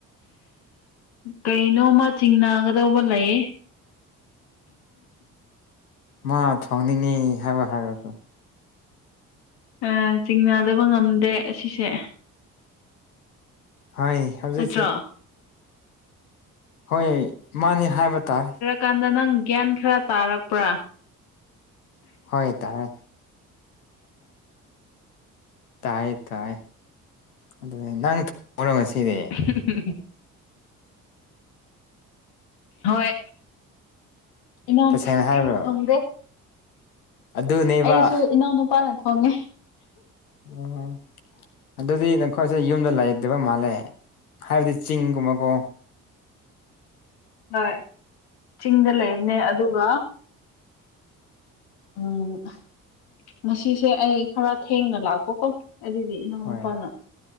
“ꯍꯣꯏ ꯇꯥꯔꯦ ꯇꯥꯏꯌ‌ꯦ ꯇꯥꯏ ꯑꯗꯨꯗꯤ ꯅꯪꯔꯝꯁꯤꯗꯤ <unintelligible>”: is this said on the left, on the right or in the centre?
Left